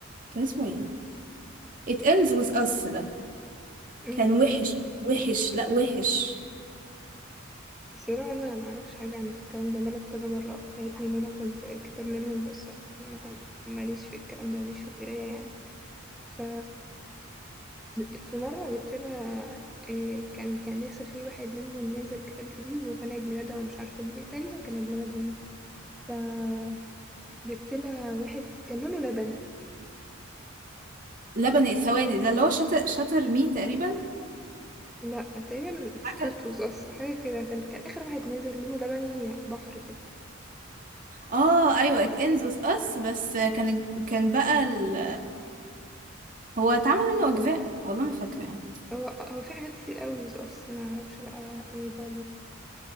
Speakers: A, on the right; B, in the centre.
A: كان اسمه ايه It ends with us ده
B: أمم.
A: كان وحش وحش لا وحش
B: الصراحة أنا معرفش حاجة عن الكلام ده ملك كذا مرة أقنعتني إن أنا أخد كتاب منهم بس ما- ماليش في الكلام ده ماليش في القراية يعني ف في مرة جبت لها إيه، كان كان لسه في واحد منهم نازل كتاب جديد وكان عيد ميلادها ومش عارفة أجيب إيه تقريبا كان عيد ميلادها يعني فجبت لها واحد كان لونه لبني
A: لبن الثواني ده اللي هو شاتر شاتر مي تقريبا
B: لا تقريبا
A: حاجة
B: ستاتوز أصلا حاجة كده كان كان آخر واحد نازل لونه لبني بحر كده
A: اه ايوه It ends with us بس كان كان بقى ال... هو اتعمل منه اجزاء والله ما فاكرة يعني
B: هو هو في حاجات كتير قوي بس أصلا أنا معرفش بقى ايه بقى